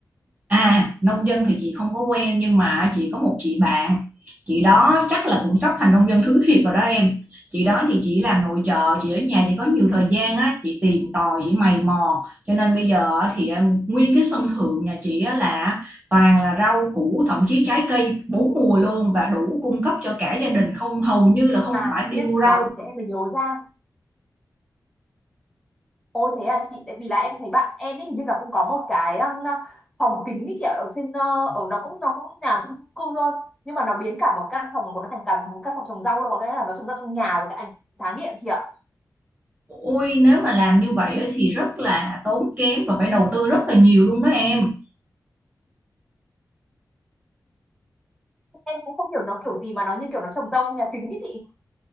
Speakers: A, on the right (about 20°); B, in the centre.
A: À, nông dân thì chị không có quen nhưng mà chị có một chị bạn. Chị đó chắc là cũng sắp thành nông dân thứ thiệt rồi đó em. Chị đó thì chị làm nội trợ, chị ở nhà chị có nhiều thời gian á, chị tìm tòi, chị mày mò. Cho nên bây giờ á thì à, nguyên cái sân thượng nhà chị á là toàn là rau củ, thậm chí trái cây bốn mùa luôn và đủ cung cấp cho cả gia đình, không hầu như là không
B: à
A: phải
B: nhưng
A: đi mua
B: chị
A: rau.
B: nói thì em mới nhớ ra Ôi thế à chị, tại vì là em thấy bạn em ấy hình như là cũng có một cái um, uh, phòng kính ấy chị ạ, ở trên uh, ở nó cũng nó cũng nào chung chung cư thôi nhưng mà nó biến cả một căn phòng của nó thành cả một căn phòng trồng rau luôn, có nghĩa là nó trồng rau trong nhà với cả ánh sáng điện chị ạ.
A: Ôi, nếu mà làm như vậy á thì rất là tốn kém và phải đầu tư rất là nhiều luôn đó em.
B: Em cũng không hiểu nó kiểu gì mà nó như kiểu nó trồng rau trong nhà kính ấy chị.